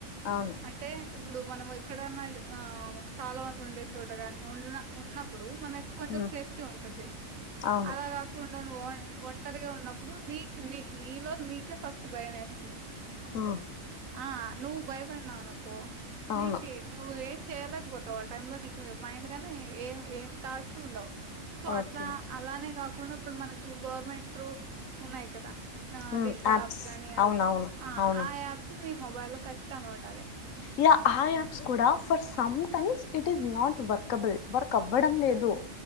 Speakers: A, on the left; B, on the right.
A: అవును
B: అంటే ఇప్పుడు మనం ఎక్కడన్నా చాలా మంది ఉండే చోటగాని ఉ ఉన్న ఇప్పుడు మనకి కొంచెం
A: ఉమ్
B: సేఫ్టీ ఉంటుంది
A: అవును
B: అలా కాకుండా నువ్వు ఒంటరిగా ఉ ప్పుడు నీ నీ నీలో నీకే ఫస్ట్ భయం వేస్తా
A: ఆ
B: ఆ నువ్వు భయపడినవనుకో
A: అవును
B: మీకి నువ్్వే చేయలేకపోతావు ఆ టై లో నీకు మైండ్ గాని ఏం ఏం థాట్స్ ఉండవు సో
A: ఓకే
B: అట్లా అలానే కాకుడా కున్నప్పుడు మనకు గవర్నమెంట్ త్రూ ఉన్నాయి కదా ఆ
A: ఉమ్
B: దిశ యాప్స్ కానీ
A: అవునవును
B: అవి అ
A: అవును
B: ఆప్స్ మొబైల్ లో ఖచ్చితంగా ఉండాలి
A: యా ఆ యాప్స్ కూడా for sometimes it is not workable work కవ్వడం లేదు
B: హ్మ్